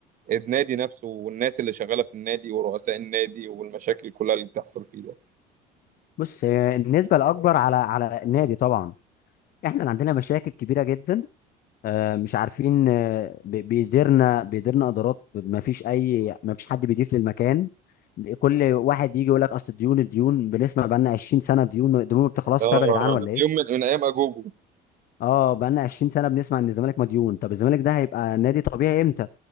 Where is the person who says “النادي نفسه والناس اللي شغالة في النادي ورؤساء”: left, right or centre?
Right